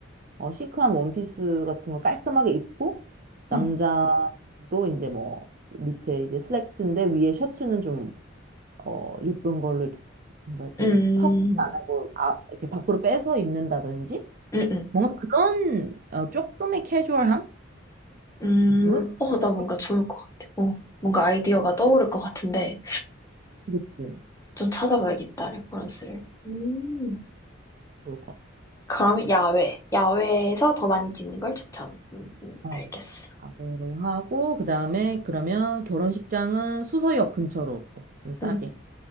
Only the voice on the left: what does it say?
응,
응,
응, 응.
음,
어,
나 뭔가
좋을 것 같아. 어, 뭔가 아이디어가 떠오를 것 같은데,
좀 찾아봐야겠다, 레퍼런스를. 음.
그러면 야외. 야외에서 더 많이 찍는 걸 추천. 음, 음,
알겠어.
응,